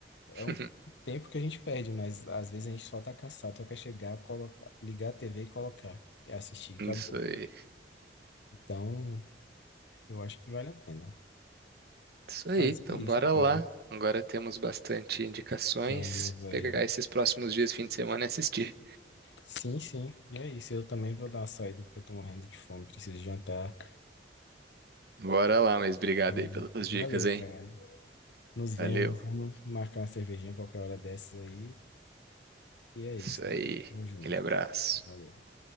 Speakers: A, on the left (about 85°); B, on the right (about 60°).
A: É
B: <laughs>
A: um tempo que a gente perde, mas às vezes a gente só tá cansado, só quer chegar, colocar, ligar a TV e colocar, e assistir,
B: Isso
A: acabou.
B: aí.
A: Então, eu acho que vale a pena.
B: Isso aí,
A: Mas
B: então
A: é isso,
B: bora
A: cara.
B: lá. Agora temos bastante indicações.
A: Tema, velho.
B: Pegar esses próximos dias, fim de semana e assistir.
A: Sim, sim. E é isso. Eu também vou dar uma saída, porque eu tô morrendo de fome, preciso jantar.
B: Bora lá, mas obrigado
A: Vamos.
B: aí pelas
A: Valeu,
B: dicas, hein?
A: cara. Nos vemos.
B: Valeu.
A: Vamos marcar uma cervejinha qualquer hora dessas aí. E é isso.
B: Isso aí.
A: Tamo junto.
B: Aquele abraço.
A: Valeu.